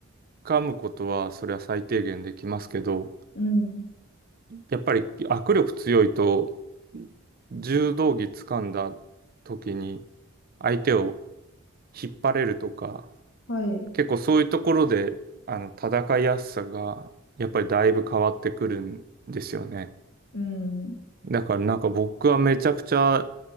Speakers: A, on the right (about 45°); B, on the left (about 65°).
A: 掴むことはそれは最低限できますけど、
B: うん。
A: やっぱり握力強いと、柔道着掴んだ時に相手を引っ張れるとか、
B: はい。
A: 結構そういうところで、あの、戦いやすさが、やっぱりだいぶ変わってくるんですよね。
B: うん、
A: だからなんか僕はめちゃくちゃ